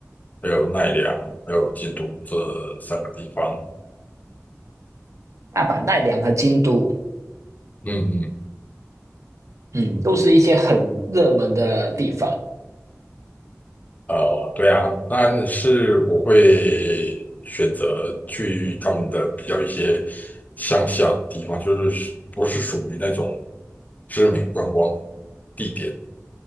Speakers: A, on the left (about 30°); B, on the right (about 70°).
A: 还有奈良，还有京都这三个地方。
B: 大阪、奈良和京都，
A: 嗯嗯，
B: 嗯，都是一些很热门的地方
A: 呃，对啊，但是我会选择去他们的比较一些乡下的地方，就是不是属于那种知名观光地点